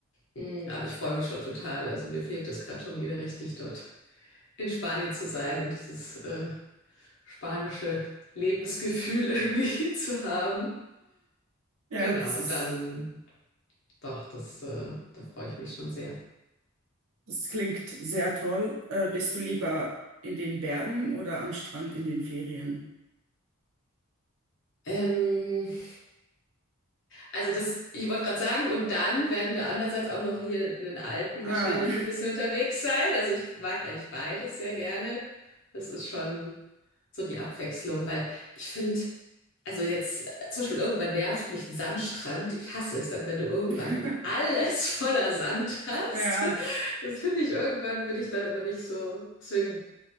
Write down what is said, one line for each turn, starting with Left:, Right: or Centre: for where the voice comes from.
Left: Mm, Aber ich freue mich schon total. Also mir fehlt es gerade schon wieder richtig dort in Spanien zu sein und dieses äh, spanische Lebensgefühl <laughs> irgendwie zu haben.
Right: Ja,
Left: Genau,
Right: das
Left: und
Right: ist,
Left: dann doch, das, äh, da freue ich mich schon sehr.
Right: das klingt sehr toll. Äh, bist du lieber
Left: Mhm.
Right: in den Bergen oder am Strand in den Ferien?
Left: Ähm, Also das, ich wollte gerade sagen, und dann werden wir andererseits auch noch hier in den Alpen
Right: Ah.
Left: wahrscheinlich ein bisschen unterwegs sein. Also ich mag eigentlich beides sehr gerne. Das ist schon so die Abwechslung, weil ich finde, also jetzt zum Beispiel irgendwann nervt mich ein Sandstrand. Ich hasse es dann, wenn du irgendwann
Right: <laughs>
Left: immer alles <laughs> voller Sand hast.
Right: Ja.
Left: Das finde ich irgendwann, bin ich dann immer nicht so. Deswegen